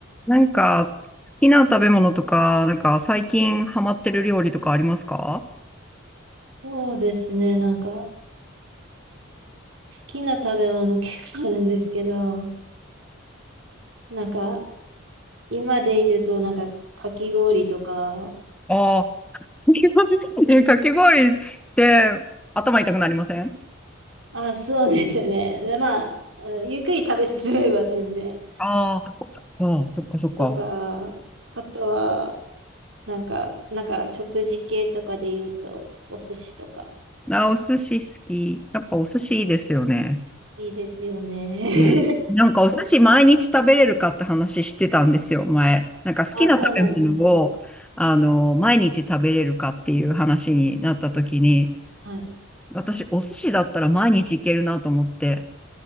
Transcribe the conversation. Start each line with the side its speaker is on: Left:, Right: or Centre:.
Centre: なんか、好きな食べ物とか、なんか最近ハマってる料理とかありますか
Right: そうですね。なんか、好きな食べ物 <laughs> 結構あるんですけど、なんか、今で言うと、なんか、かき氷とか、
Centre: ああー、<laughs> かき氷えかき氷って頭痛くなりません
Right: あ、そうですね。でまあ、ゆっくり食べ進めば全然。
Centre: ああー、そっか、そっか、そっか。
Right: とか、あとは、なんか、なんか、食事系とかで言うと、お寿司とか、
Centre: あ、お寿司好き。やっぱお寿司いいですよね。
Right: いいですよね。<laughs>
Centre: うんなんかお寿司毎日食べれるかって話してたんですよ、前。なんか好きな食べ物を、
Right: あ、そうなんですね。
Centre: あの、毎日食べれるかっていう話になった時に、
Right: はい。
Centre: 私、お寿司だったら毎日いけるなと思って。